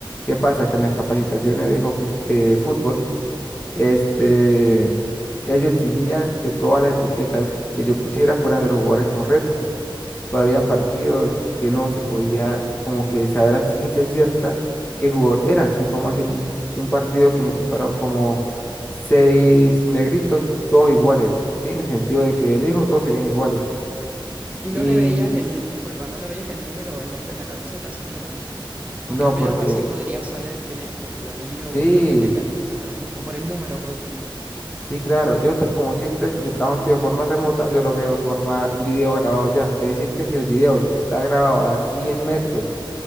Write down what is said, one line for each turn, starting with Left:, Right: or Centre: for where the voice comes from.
Left: ¿Qué pasa? Que en las capacitaciones de hockey, de fútbol, este, ellos exigían que todas las etiquetas que yo pusiera fueran de los jugadores correctos, pero habían partidos que no se podía como que saber a ciencia cierta qué jugador era. Tipo, vamos a decir, un, un partido que me tocaron como seis negritos, todos iguales, ¿sí? En el sentido de que de lejos todos se veían iguales.
Right: Y
Left: Y
Right: no le veías el, disculpa, no le veías el número o el nombre en la camiseta siquiera, ¿no? Porque
Left: no,
Right: al menos
Left: porque
Right: así podrías saber quién es por el apellido
Left: Sí,
Right: o por lo que tenga escrito atrás, ¿no? O por el número, por último.
Left: sí, claro. Yo, ta- como siempre, mi trabajo ha sido de forma remota, yo lo veo de forma, un video grabado ya. Es decir, que si el video está grabado a 100 metros